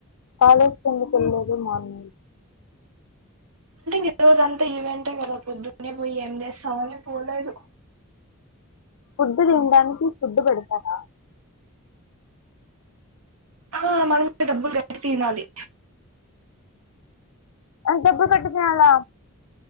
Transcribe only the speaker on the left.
కాాలేజ్ కి ఎందుకు వెళ్లలేదు మార్నింగ్
ఫుడ్డు తినడానికి ఫుడ్డు పెడతార
అ డబ్బులు కట్టి తినాలా